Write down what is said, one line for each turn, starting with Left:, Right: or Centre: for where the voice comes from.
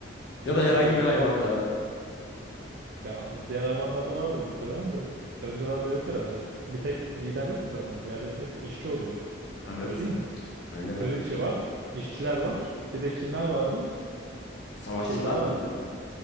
Right: Kesinlikle
Left: Ya da herhangi
Right: yok.
Left: bir hayvanda.
Right: Ya diğer hayvanlarda vardır muhtemelen de. Karıncalarda yok herhalde. Bir tek lider yok mu zaten? Diğerlerin hepsi işçi oluyor.
Left: Evet,
Right: Öyle değil mi?
Left: öyle.
Right: Kraliçe var. İşçiler var. Bir de kimler vardı?
Left: Savaşçılar
Right: Bir şey daha
Left: mıydı?
Right: var. Ha.